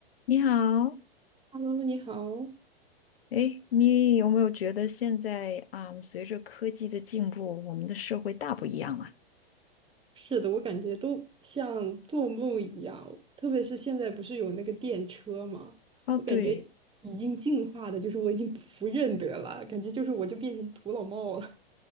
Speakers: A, on the left; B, on the right.
A: 你好，
B: Hello，你好。
A: 哎，你有没有觉得现在啊，随着科技的进步，我们的社会大不一样了？
B: 是的，我感觉都像做梦一样，特别是现在不是有那个电车嘛，
A: 哦，
B: 我感觉已经进化的，
A: 对，
B: 就是我已经不不认得了，感觉就是我就变成土老帽了。